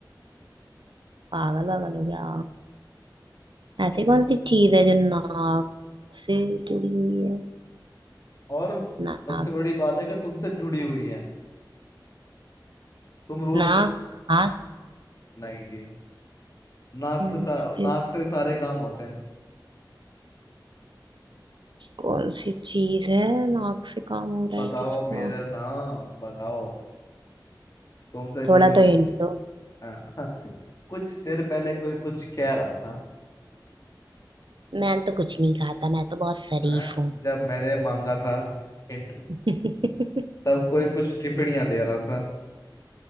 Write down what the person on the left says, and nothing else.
और
सबसे बड़ी बात है कि तुमसे जुड़ी हुई है तुम रोज
सुन
नहीं जी नाक
से सा...
नाक से सारे काम होते हैं
बताओ
मेरा नाम बताओ तुमसे जुड़ी
हुई
चीज
हाँ <laughs> कुछ देर पहले कोई कुछ कह रहा था
हाँ
जब मैंने मांगा था हिंट
तब कोई कुछ टिप्पणियां दे रहा था